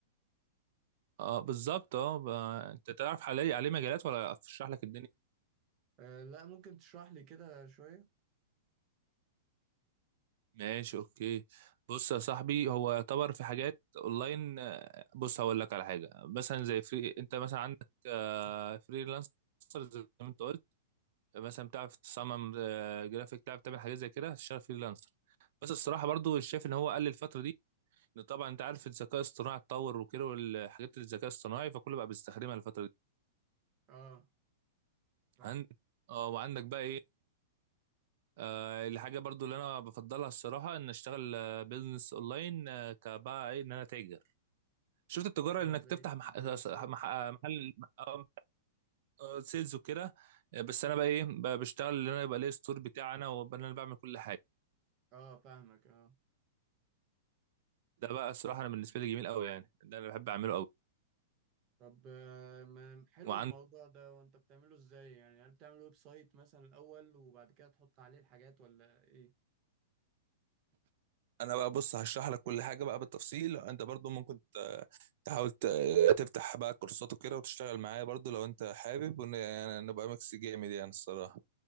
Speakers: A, on the right; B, on the right.
A: اه بالظبط اه ب... انت تعرف عليه عليه مجالات ولا اشرح لك الدنيا
B: آه لا ممكن تشرح لي كده شوية
A: ماشي اوكي بص يا صاحبي هو يعتبر في حاجات اونلاين آه، بص هقول لك على حاجه مثلا زي فري انت مثلا عندك آه، فريلانسر زي ما انت قلت مثلا بتعرف تصمم آه، جرافيك بتعرف تعمل حاجات زي كده هتشتغل فريلانسر بس الصراحه برضو شايف ان هو قل الفتره دي إن طبعا انت عارف الذكاء الاصطناعي اتطور وكده والحاجات الذكاء الاصطناعي فكله بقى بيستخدمها الفتره دي
B: اه فاهم
A: عندك اه وعندك بقى ايه آه الحاجه برضو اللي انا بفضلها الصراحه ان اشتغل بيزنس اونلاين آه، كبقى ايه ان انا تاجر شفت التجاره
B: اه
A: انك
B: زي
A: تفتح مح...
B: زي
A: مح...
B: سيلز
A: محل آه، آه، سيلز وكده بس انا بقى ايه بقى بشتغل ان انا يبقى ليا ستور بتاعي انا وابقى انا اللي بعمل كل حاجه
B: اه فاهمك اه
A: ده بقى الصراحه انا بالنسبه لي جميل قوي يعني ده انا بحب اعمله قوي
B: طب آه، ما حلو
A: وعندي
B: الموضوع ده وانت بتعمله ازاي يعني هل بتعمل ويب سايت مثلا الاول وبعد كده تحط عليه الحاجات ولا ايه
A: انا بقى بص هشرح لك كل حاجه بقى بالتفصيل انت برضو ممكن ت- تحاول ت- تفتح بقى كورسات وكده وتشتغل معايا برضو لو انت حابب ون- يعني نبقى ميكس جامد يعني الصراحه